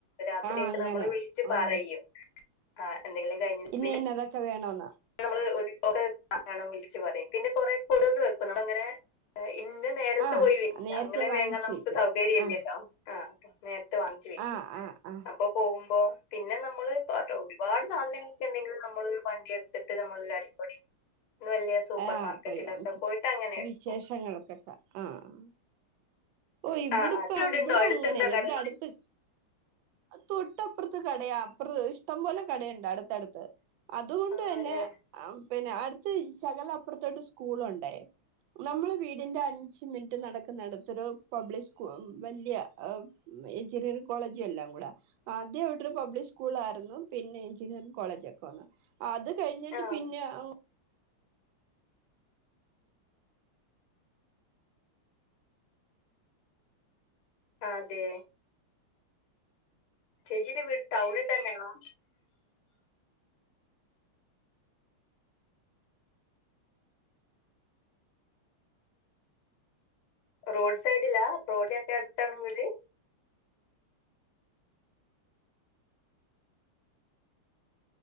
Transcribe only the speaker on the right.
ആഹ് അങ്ങനെ
ആഹ്
ഇന്ന
ഇന്നതൊക്കെ വേണോന്ന്
ആഹ്
നേരത്തെ
വാങ്ങിച്ച്
വെക്കും
ആഹ്
ആഹ് ആഹ് ആഹ്
ആഹ്
പോയി വാങ്ങിച്ചിട്ട്
വിശേഷങ്ങൾക്കൊക്കെ ആഹ് ഓ ഇവിടെപ്പ
ഇവടെ
അങ്ങനെല്ല
ഇവടെ അടുത്ത് തൊട്ടപ്രത്ത് കടയാ അപൃ ഇഷ്ടം പോലെ കടയൊണ്ട് അടുത്തടുത്ത് അതുകൊണ്ട്
തന്നെ ആ പിന്നെ അടുത്ത് ശകല അപ്പുറത്തോട്ട് സ്കൂളുണ്ടേ.. നമ്മള് വീടിന്റെ അഞ് ഞ്ച് മിനിറ്റ് നടക്കുന്നടത്തൊരു പബ്ലിക് സ്കൂ വല്ല്യ ഏഹ് എഞ്ചിനീയറിംഗ് കോളേജു എല്ലാം കൂടെ ആദ്യം അവ്ടൊരു പബ്ലിക് സ്കൂൾ ആരുന്നു പിന്നെ എഞ്ചിനീറിങ് കോളജൊക്കെ വന്നു അത് കഴിഞ്ഞിട്ട്
പിന്നെ അങ്ങ്